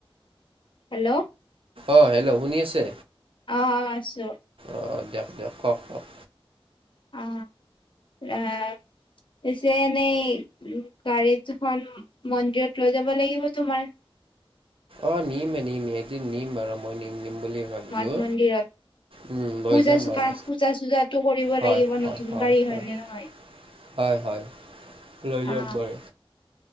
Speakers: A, on the left; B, on the right.
A: হেল্ল'।
B: অ', হেল্ল' শুনি আছে?
A: অ আছো
B: অঁ দিয়ক দিয়ক কওক কওক
A: অ আহ পিছে এনেই উম গাড়ী দুখন মন্দিৰত লৈ যাব লাগিব তোমাৰ
B: অ নিমে নিম এদিন নিম বাৰু মই নিম নিম বুলি ভাবিছোঁ।
A: মঠ মন্দিৰত
B: উম, লৈ
A: পূজা
B: যাম
A: চূকা
B: বাৰু।
A: পূজা চূজাটো কৰিব
B: হয়
A: লাগিব
B: হয়
A: নতুন
B: হয়
A: গাড়ী হয়নে
B: হয়
A: নহয়
B: হয় হয় লৈ যাম
A: অ
B: বৰু